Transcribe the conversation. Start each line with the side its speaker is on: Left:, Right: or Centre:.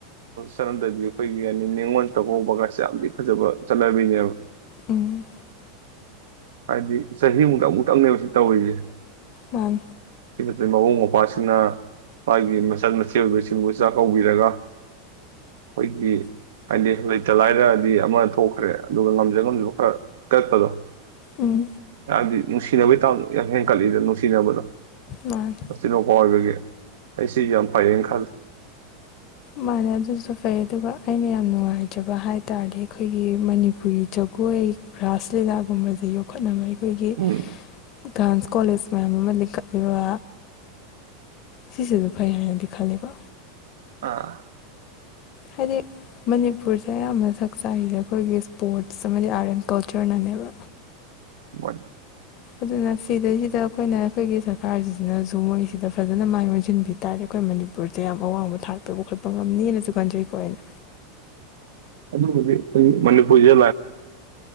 Right: ꯆꯠꯅꯗꯕꯤ ꯑꯩꯈꯣꯏꯒꯤ ꯍꯥꯏꯅꯤ ꯅꯤꯉꯣꯟ ꯆꯥꯛꯀꯧꯕꯒꯁꯦ ꯌꯥꯝꯗꯤ ꯐꯖꯕ ꯆꯠꯅꯕꯤꯅꯦꯕ
Left: ꯎꯝ
Right: ꯍꯥꯏꯗꯤ ꯆꯍꯤꯃꯨꯛꯇꯪ ꯑꯃꯨꯛꯇꯪꯅꯦꯕ ꯁꯤ ꯇꯧꯔꯤꯁꯦ
Left: ꯑꯧ
Right: ꯁꯤ ꯅꯠꯇ꯭ꯔꯗꯤ ꯃꯕꯨꯡ ꯃꯧꯄ꯭ꯁꯤꯡꯅ ꯃꯥꯒꯤ ꯃꯆꯟ ꯃꯆꯦ ꯑꯣꯏꯕꯁꯤꯡꯕꯨ ꯆꯥꯛ ꯀꯧꯕꯤꯔꯒ ꯑꯩꯈꯣꯏꯒꯤ ꯍꯥꯏꯗꯤ ꯂꯩꯇ ꯂꯥꯏꯔꯗꯤ ꯑꯃ ꯊꯣꯛꯈ꯭ꯔꯦ ꯑꯗꯨꯒ ꯉꯝꯖ ꯉꯝꯖꯕ ꯈꯔ ꯀꯠꯄꯗꯣ
Left: ꯎꯝ
Right: ꯍꯥꯏꯕꯗꯤ ꯅꯨꯡꯁꯤꯅꯕꯩ ꯇꯥꯝ ꯌꯥꯝ ꯍꯦꯟꯒꯠꯂꯤꯗ ꯁꯤꯅꯕꯗꯣ
Left: ꯃꯥꯅꯤ
Right: ꯃꯆꯤꯟ ꯃꯧ ꯄꯥ ꯑꯣꯏꯕꯒꯤ ꯑꯩꯁꯤ ꯌꯥꯝ ꯄꯥꯏꯌꯦꯅ ꯈꯜꯂꯦ
Left: ꯃꯥꯅꯦ ꯑꯗꯨꯁꯨ ꯐꯩ ꯑꯗꯨꯒ ꯑꯩꯅ ꯌꯥꯝ ꯅꯨꯡꯉꯥꯏꯖꯕ ꯍꯥꯏ ꯇꯥꯔꯗꯤ ꯑꯩꯈꯣꯏꯒꯤ ꯃꯅꯤꯄꯨꯔꯤ ꯖꯒꯣꯏ ꯔꯥꯁ ꯂꯤꯂꯥꯒꯨꯝꯕꯁꯦ ꯌꯣꯛꯈꯠꯅꯕ ꯑꯩꯈꯣꯏꯒꯤ
Right: ꯎꯝ
Left: ꯗꯥꯟꯁ ꯀꯣꯂꯦꯖ ꯃꯌꯥꯝ ꯑꯃ ꯂꯤꯡꯈꯠꯂꯤꯕ ꯁꯤꯁꯤꯁꯨ ꯐꯩ ꯍꯥꯏꯅꯗꯤ ꯈꯜ ꯂꯦꯀꯣ
Right: ꯑꯥ
Left: ꯍꯥꯏꯗꯤ ꯃꯅꯤꯄꯨꯔꯁꯦ ꯑꯌꯥꯝꯕ ꯁꯛ ꯆꯥꯏꯁꯦ ꯑꯩꯈꯣꯏꯒꯤ ꯏꯁꯄꯣꯔꯠꯁ ꯑꯃꯗꯤ ꯑꯥꯔꯠ ꯑꯦꯟ ꯀꯜꯆꯔꯅꯅꯦꯕ
Right: ꯋꯥ
Left: ꯑꯗꯨꯅ ꯁꯤꯗꯩꯁꯤꯗ ꯑꯩꯈꯣꯏꯅ ꯑꯩꯈꯣꯏꯒꯤ ꯁꯔꯀꯥꯔꯁꯤꯁꯤꯅꯁꯨ ꯃꯣꯏꯁꯤꯗ ꯐꯖꯅ ꯃꯥꯏ ꯑꯣꯟꯁꯤꯟꯕꯤ ꯇꯥꯔꯦ ꯑꯩꯈꯣꯏ ꯃꯅꯤꯄꯨꯔꯁꯦ ꯌꯥꯝ ꯑꯋꯥꯡꯕ ꯊꯥꯛꯇꯧꯕ ꯈꯣꯠꯄ ꯉꯝꯅꯦꯅꯁꯨ ꯈꯟꯖꯩꯀꯣ ꯑꯩꯅ
Right: ꯑꯗꯨ ꯃꯅꯤꯄꯨꯔ